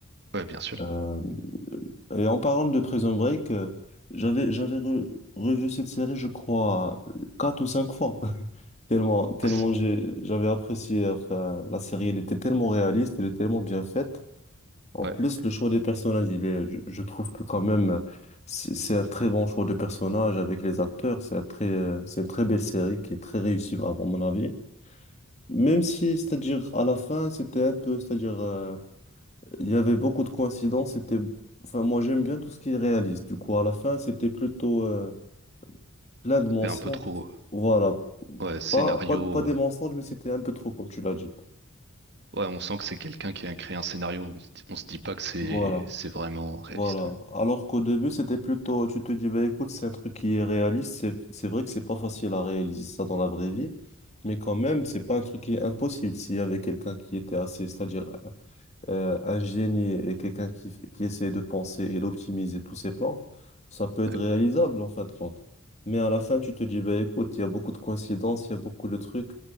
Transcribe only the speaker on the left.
Euh, et en parlant de Prison Break, euh, j'avais j'avais re- revu cette série, je crois, euh, quatre ou cinq fois. Tellement, tellement
j'ai- j'avais apprécié enfin, la série, elle était tellement réaliste, elle est tellement bien faite. En
plus, le choix des personnages, il est, je, je trouve que quand même, c'est c'est un très bon choix de personnages avec les acteurs. C'est un très, c'est une très belle série qui est très réussie, à mon avis. Même si, c'est-à-dire, à la fin, c'était un peu, c'est-à-dire, euh, il y avait beaucoup de coïncidences. C'était, enfin, moi, j'aime bien tout ce qui est réaliste. Du coup, à la fin, c'était plutôt euh, plein de mensonges.
Voilà,
pas, pas, pas des
mensonges, mais c'était un peu trop, comme tu l'as dit.
Voilà,
voilà. Alors qu'au début, c'était plutôt, tu te dis, bah, écoute, c'est un truc qui est réaliste. C'est, c'est vrai que c'est pas facile à réaliser ça dans la vraie vie, mais quand même, c'est pas un truc qui est impossible. S'il y avait quelqu'un qui était assez, c'est-à-dire euh, un génie et quelqu'un qui, qui essaie de penser et d'optimiser tous ses plans, ça peut être
réalisable en fin de compte. Mais à la fin, tu te dis, bah, écoute, il y a beaucoup de coïncidences, il y a beaucoup de trucs,